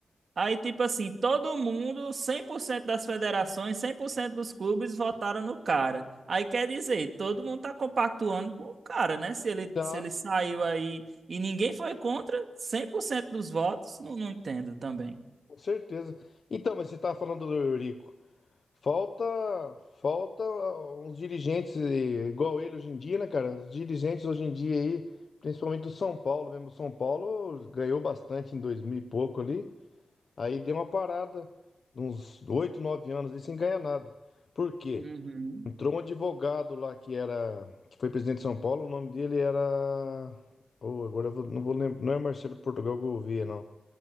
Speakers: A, on the right; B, on the left.
A: Aí, tipo assim, todo mundo, 100% das federações, 100% dos clubes votaram no cara. Aí quer dizer, todo mundo tá compactuando com o cara, né? Se ele,
B: Tá.
A: se ele saiu aí e ninguém foi contra, 100% dos votos, não, não entendo também.
B: Com certeza. Então, mas você estava falando do Eurico. Falta, falta ah, uns dirigentes eh, igual ele hoje em dia, né, cara? Os dirigentes hoje em dia aí, principalmente do São Paulo mesmo. O São Paulo ganhou bastante em 2000 e pouco ali. Aí deu uma parada, uns 8 9 anos ali sem ganhar nada. Por quê?
A: Uhum,
B: Entrou um advogado lá que era, que foi presidente de São Paulo, o nome dele era. Oh, agora eu vou- não vou lembrar. Não é Marcelo Portugal Gouveia, não.